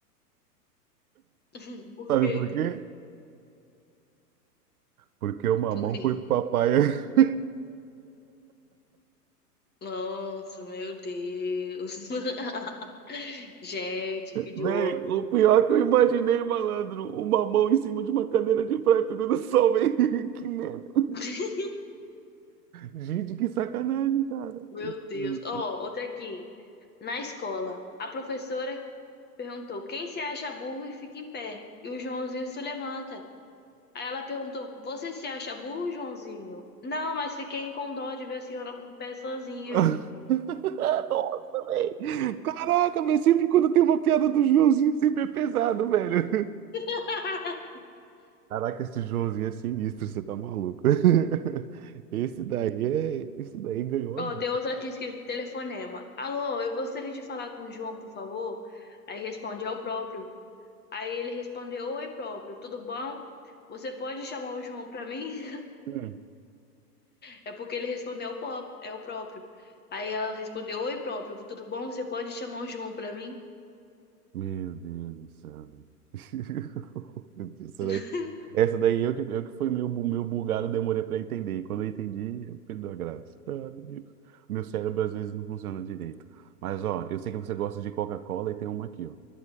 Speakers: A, on the left; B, on the right.
A: <laughs> Por
B: Sabe
A: quê?
B: por quê? Porque o mamão
A: Por quê?
B: foi pro papai. <laughs>
A: Nossa, meu Deus. <laughs> Gente, que idiota.
B: Véi, o pior que eu imaginei, malandro, o mamão em cima de uma cadeira de praia pegando sol, véi. <laughs> Que merda.
A: <laughs>
B: Gente, que sacanagem, cara.
A: Meu Deus.
B: Hum.
A: Ó, outra aqui. Na escola, a professora perguntou: quem se acha burro e fica em pé? E o Joãozinho se levanta. Aí ela perguntou: você se acha burro, Joãozinho? Não, mas fiquei com dó de ver a senhora em pé sozinha.
B: <laughs> Nossa, velho. Caraca, mas sempre quando tem uma piada do Joãozinho, sempre é pesado, velho.
A: <laughs>
B: Caraca, esse Joãozinho é sinistro, você tá maluco. <laughs> Esse daí é. Esse daí ganhou
A: Ó,
B: a vida.
A: tem outra aqui escrito telefonema. Alô, eu gostaria de falar com o João, por favor. Aí responde, é o próprio. Aí ele respondeu, oi, próprio, tudo bom? Você pode chamar o João pra mim?
B: né?
A: É porque ele respondeu, é o, pó- é o próprio. Aí ela respondeu, oi, próprio, tudo bom? Você pode chamar o João pra mim?
B: Meu Deus do céu. <laughs> Isso
A: <laughs>
B: daí- essa daí eu que, eu que fui meio, bu- meio bugado, demorei pra entender. E quando eu entendi, eu perdi a graça. Ah, meu Deus. Meu cérebro às vezes não funciona direito. Mas ó, eu sei que você gosta de Coca-Cola e tem uma aqui, ó.